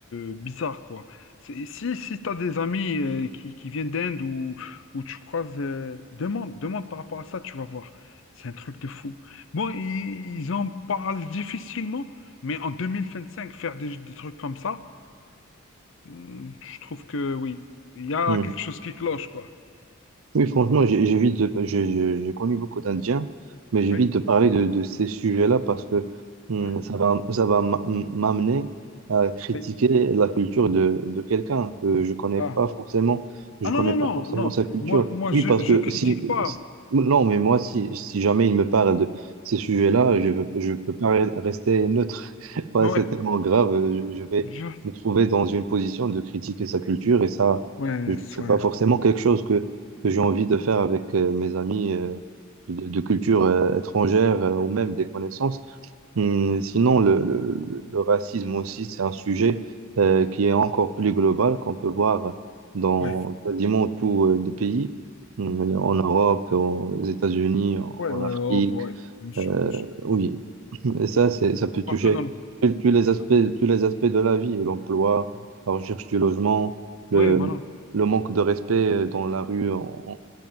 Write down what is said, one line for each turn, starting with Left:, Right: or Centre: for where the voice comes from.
Left: euh, bizarre, quoi. C'est- Si, si tu as des amis euh, qui, qui viennent d'Inde ou, ou tu croises, euh, demande, demande par rapport à ça, tu vas voir. C'est un truc de fou. Bon, i- ils, en parlent difficilement, mais en 2025, faire des, des trucs comme ça, hum, je trouve que oui, il y a
Right: hmm.
Left: quelque chose qui cloche, quoi.
Right: Oui, franchement, j'ai- j'évite de, je- je- j'ai connu beaucoup d'Indiens, mais j'évite
Left: Oui,
Right: de parler de, de ces sujets-là parce que hum,
Left: ouais.
Right: ça va, ça va m'a- m'amener à critiquer
Left: Mais,
Right: la culture de, de quelqu'un que je connais
Left: ah.
Right: pas forcément. Je
Left: Ah non,
Right: connais
Left: non,
Right: pas
Left: non,
Right: forcément
Left: non.
Right: sa culture.
Left: Moi, moi
Right: Oui,
Left: je,
Right: parce
Left: je
Right: que
Left: critique
Right: si,
Left: pas.
Right: si- non, mais moi, si, si jamais il me parle de ces sujets-là, je veux, je peux pas re- rester neutre. <laughs> Voilà,
Left: Mais
Right: c'est
Left: Ouais,
Right: tellement grave. euh, Je, je vais
Left: je...
Right: me trouver dans une position de critiquer sa culture et ça,
Left: ouais,
Right: je-
Left: c'est-
Right: c'est
Left: ouais,
Right: pas forcément quelque chose que que j'ai envie de faire avec euh, mes amis euh, de, de culture euh, étrangère euh, ou même des connaissances. Hum, Sinon, le, le- le- le racisme aussi, c'est un sujet euh, qui est encore plus global, qu'on peut voir dans
Left: ouais, ouais,
Right: quasiment tous euh, les pays, Hum, en Europe, aux États-Unis, en,
Left: ouais, ouais,
Right: en
Left: ouais,
Right: Afrique.
Left: ouais, ouais, oh, ouais, bien sûr,
Right: Euh,
Left: bien sûr.
Right: oui, et ça, c'est, ça peut toucher
Left: Partout dans le...
Right: tous tous les aspects,
Left: ah,
Right: tous les aspects de la vie, l'emploi,
Left: Ouais,
Right: la recherche du logement, le,
Left: Ouais, voilà.
Right: le manque de respect euh, dans la rue. en-